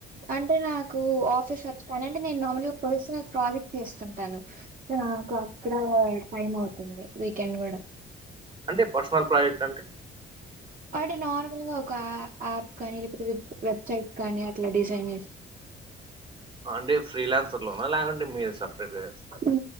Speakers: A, on the right (about 40°); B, on the right (about 25°).
A: అంటే నాకు ఆఫీస్ వర్క్ కానీ అంటే నేను మామూలుగా ఒక పర్సనల్ ప్రాజెక్ట్ చేస్తుంటాను నాకు అక్కడ టైమ్ అవుతుంది వీకెండ్ కూడా
B: అంటే పర్సనల్ ప్రాజెక్ట్ అంటే
A: అంటే నార్మల్ గా ఒక యాప్ కానీ లేకపోతే వెబ్సైట్ కానీ అట్లా డిజైన్ చే
B: అంటే ఫ్రీలాన్స్ర్ లోనా లేకుంటే మీరు సపరేట్ గా
A: ఉ